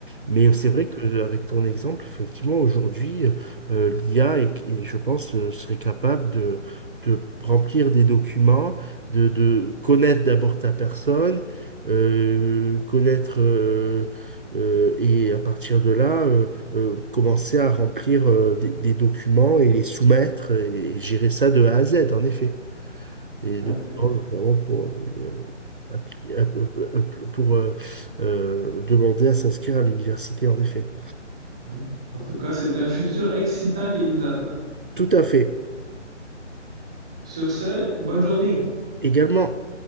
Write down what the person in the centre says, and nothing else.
mhm,
parfait.
Ouais. En tout cas, c'est un futur excitant qui nous attend.
Sur ce, bonne journée.